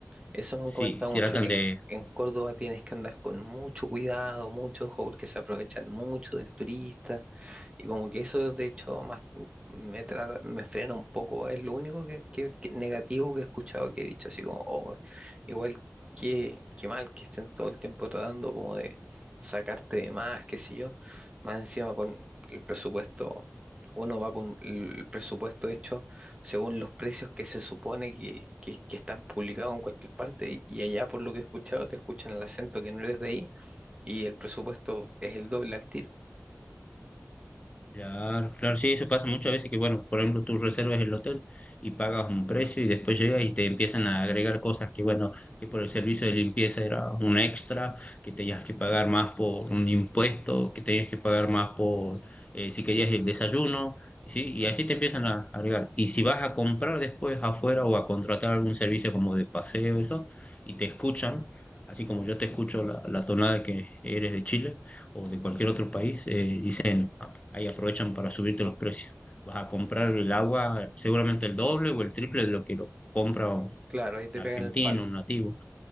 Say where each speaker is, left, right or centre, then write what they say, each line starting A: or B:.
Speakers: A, on the right (about 20°); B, on the left (about 25°).
A: Eso me han
B: sí,
A: comentado
B: tratan
A: mucho, que en,
B: de
A: en Córdoba tienes que andar con mucho cuidado, mucho ojo, porque se aprovechan mucho del turista. Y como que eso, de hecho, más me trata, me frena un poco. Es lo único que, que- que negativo que he escuchado que he dicho, así como, "Oh, igual que, qué mal que estén todo el tiempo tratando como de sacarte de más, qué sé yo. Más encima con el presupuesto, uno va con el presupuesto hecho según los precios que se supone que, que, que están publicados en cualquier parte, y, y allá por lo que he escuchado, te escuchan el acento que no eres de ahí, y el presupuesto es el doble al tiro.
B: Claro, claro, sí, eso pasa muchas veces que, bueno, por ejemplo, tú reservas el hotel y pagas un precio y después llegas y te empiezan a agregar cosas que, bueno, que por el servicio de limpieza era un extra, que tenías que pagar más por un impuesto, que tenías que pagar más por eh, si querías el desayuno, y sí, y así te empiezan a agregar. Y si vas a comprar después afuera o a contratar algún servicio como de paseo, eso, y te escuchan, así como yo te escucho la, la tonada que eres de Chile o de cualquier otro país, eh, dicen ahí aprovechan para subirte los precios. Vas a comprar el agua seguramente el doble o el triple de lo que lo compra un
A: Claro, ahí te
B: argentino,
A: pegan el palo.
B: un nativo,